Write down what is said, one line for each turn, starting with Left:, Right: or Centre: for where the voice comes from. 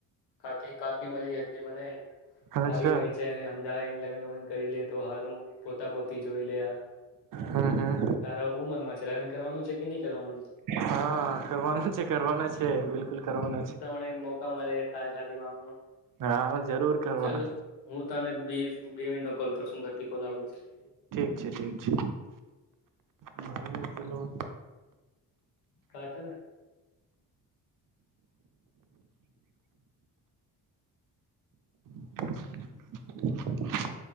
Left: કાકી કાકી મરી હતી મને
Right: અચ્છા
Left: કાકી કહે છે. જેને હમદાવાને લગન લગન કરી લે તો સારું પોતા પોતી જોઈ લયા.
Right: હા હા.
Left: તારા શું મનવા છે લગન કરવાનું છે કે નહી કરવાનું.
Right: હા કરવાનો છે કરવાનો છે બિલકુલ કરવાનો છે.
Left: કઈ મોકા મળે તાર શાદીમાંવાનું.
Right: હા જરૂર કરવા
Left: ચાલ હું તને બે બે મિનટમાં કોલ કરશુંથી કોલ આવે છે.
Right: ચે ઠીક છે. મારેથી લોન
Left: કાતાના
Right: <inaudible>